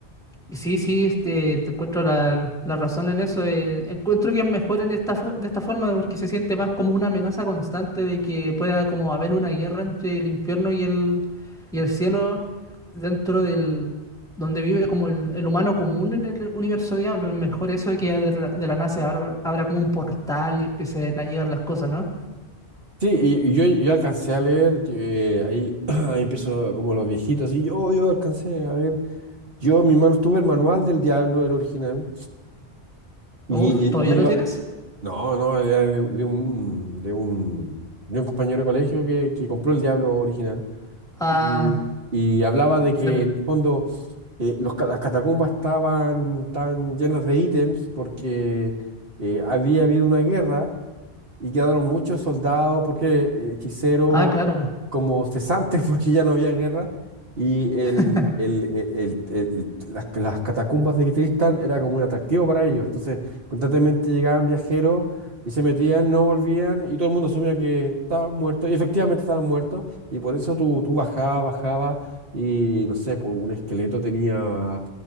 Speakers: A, in the centre; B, on the right.
A: Y sí, sí, este, te encuentro la, la razón en eso. eh, encuentro que es mejor en esta fo- de esta forma porque se siente más como una amenaza constante de que pueda como haber una guerra entre el infierno y el, y el cielo dentro del donde vive como el, el humano común en el universo diablo. Es mejor eso que de la, de la nada se abra, abra como un portal y empiecen a llegar las cosas, ¿no?
B: Sí, y, y yo, yo alcancé a leer, eh, ahí, <clears throat> ahí empiezo como los viejitos, y yo, yo alcancé a ver, yo en mis manos tuve el manual del diablo, el original, y,
A: Uf,
B: y,
A: ¿todavía
B: y
A: lo
B: ella-
A: tienes?
B: no, no, era de, de un, de un, de un compañero de colegio que, que compró el diablo original,
A: Ah,
B: y, y hablaba de que
A: tremendo.
B: en el fondo eh, los ca- las catacumbas estaban tan llenas de ítems porque eh, había habido una guerra y quedaron muchos soldados, porque eh, hechiceros
A: Ah, claro.
B: como cesantes, <laughs> porque ya no había guerra, y el,
A: <laughs>
B: el- e, el- el- el- las, las catacumbas de Tristán era como un atractivo para ellos. Entonces, constantemente llegaban viajeros y se metían, no volvían, y todo el mundo asumía que estaban muertos, y efectivamente estaban muertos, y por eso tú, tú bajabas, bajabas, y no sé, pues un esqueleto tenía